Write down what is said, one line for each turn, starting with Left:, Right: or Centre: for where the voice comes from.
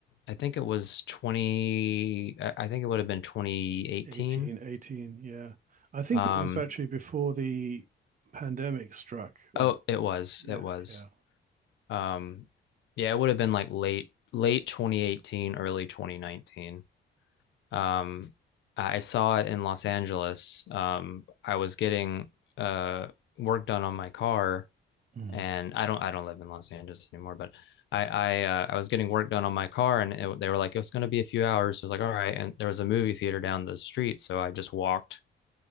Left: I think it was 20, I I think it would have been 2018.
Right: 18, 18, yeah. I think
Left: Um,
Right: it was actually before the pandemic struck, or
Left: oh, it was,
Right: yeah,
Left: it was.
Right: yeah.
Left: Um, yeah, it would have been like late late 2018, early 2019. Um, I saw it in Los Angeles. Um, I was getting uh work done on my car,
Right: Mm.
Left: and I don't I don't live in Los Angeles anymore, but I I uh, I was getting work done on my car, and it, they were like it's going to be a few hours. So I was like, all right, and there was a movie theater down the street, so I just walked